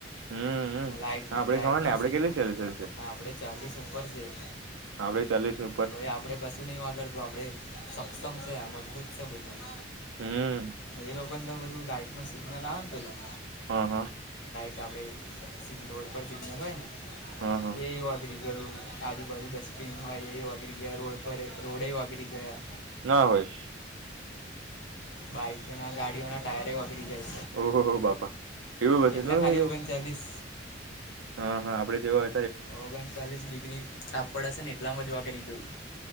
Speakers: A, on the right (about 80°); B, on the left (about 70°).
A: હમ્મ
B: લાઇટ
A: આપડે
B: લાઇટનો
A: ખબર ને આપડે
B: સી
A: કેટલી છેલેશે
B: હા આપણે ચાલીસ ઉપપર છે
A: આપડે ચાલીસ ન
B: તો એ આપડણે કશું નય વાગળ તો આપડે સક્ષમ છે મજબૂત છે બધું
A: હમ
B: એ લોકો ને તો બધું લાઈટ ન સિગ્નલ આવે ને પેલું
A: હા, હા
B: કે આપણે રોડ પર સિગ્નલ હોય ને
A: હા હા
B: એ અગ્રી ગયું આજુબાજુ ડસ્ટબિન હોય એ વાગરી ગયા રોડ પર રોડ વાગરી ગયા
A: ના હોય
B: બાઈક ના ગાડીઓ ના ટાયરે વગરી જાય છે
A: ઓહહ બાપા એવું બધ
B: એટલા
A: તો
B: ખાલી
A: થઈ જાય
B: ઓગણચાલીસ
A: હા હા આપડે તોવા
B: ઓગણ ચાલીસ ડિગ્રી તાપ પડ હશે ને એટલા મજવા કરી ગયું